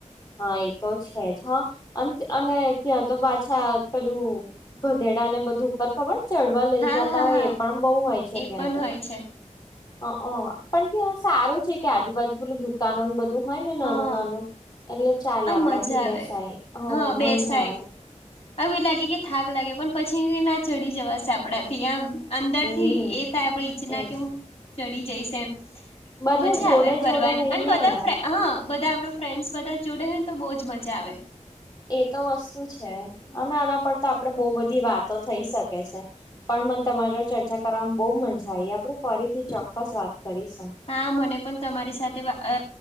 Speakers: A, on the left; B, on the left.
A: હા એ તો છે જ હા અને ત્યાં તો પાછા પેલું ગધેડા ને બધું ઉપર ખબર ચડવા લઈ
B: હા
A: જતા
B: હા
A: હોય
B: હા
A: એ પણ બહુ હોય છે
B: એ
A: ત્યાં
B: પણ
A: તો.
B: હોય છે.
A: હ અ પણ કે સારું છે કે આજુબાજુ પેલું દુકાનો બધું હોય ને
B: હા
A: નાનું નાનું એટલે ચાલે
B: આ
A: આપડાથી
B: મજા આવે
A: બેસાય હો
B: હા બેસાય
A: મજા આવે.
B: હવે એ લાગે કે થાક લાગે પણ પછી ના ચડી જવા સાપ આપડાથી આમ અંદર
A: હમ
B: થી એ થાય આપણે ઈચના
A: એજ
B: કે હું ચડી જઈશ એમ.
A: બધા
B: મજા
A: જોડે
B: આવે ફરવાની
A: જોડે હોઈએ
B: અને બધા
A: ને
B: ફ્રેન હા બધા આપણો ફ્રેન્ડ્સ બધા જ જોડે હોય તો બહુ જ મજા આવે.
A: એ તો વસ્તુ છે અને આના પર તો આપડે બહુ બધી વાત તો થઈ શકે છે પણ મને તમારે ચર્ચા કરવાવામાં બહુ મજા આવી આપડે ફરીથી ચોક્કસ વાત કરીશું.
B: હા મને પણ તમારી સાથે અ